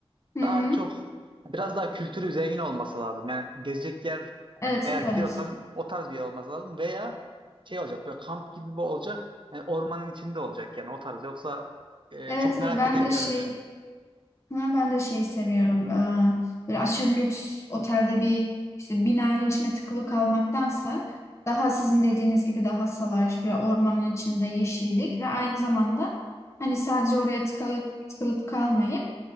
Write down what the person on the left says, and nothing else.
Hı hı.
Evet
evet.
Evet
evet.
ben
de şey
Ha, ben de şey seviyorum. Ee, böyle aşırı lüks otelde bir işte binanın içine tıkılı kalmaktansa daha sizin dediğiniz gibi daha salaş ve ormanın içinde yeşillik ve aynı zamanda hani sadece oraya tıkalıp tıkılıp kalmayıp